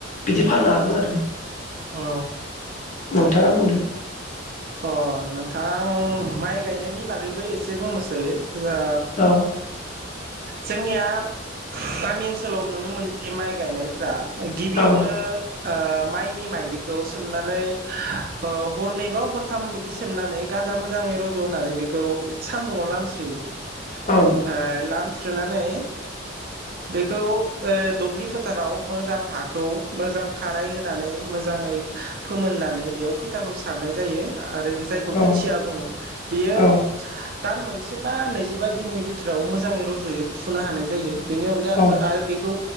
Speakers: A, on the left; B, on the right.
A: बिदि फाननो हागोन आरो। <inaudible>
B: औ
A: नोंथाङा बुंदो
B: अ नों। थां माइ गायनायनि बागैबो एसे बुंनोसै। जा
A: औ
B: जोंनिया गामि ओनसोलाव नुनो मोनोदि माइ गायनायफोरा गिबियावनो
A: औ
B: आ माइ नि माइलिखौ सोमनानै औ हरनैबा हर साथाम इदि सोमनानै गाजा मोजाङै रज' होनानै बेखौ सान्दुंआव लामस्रोयो।
A: औ
B: ओमफ्राय लाम स्रोनानै, बेखौ ओ दुब्लि फोथाराव मोजां हाखौ मोजां खाराय होनानै मोजाङै फोमोननानै बेयाव खैथाखौ सारनाय जायो। आरो जायखौ
A: औ
B: खोथिया बुङो बेयो
A: औ
B: दान मोनसे बा नैजिबा दिननि बिथोराव मोजाङै रजयो फुनो हानाय जायो। बेनि अनगा
A: औ
B: ओ आरो बेखौ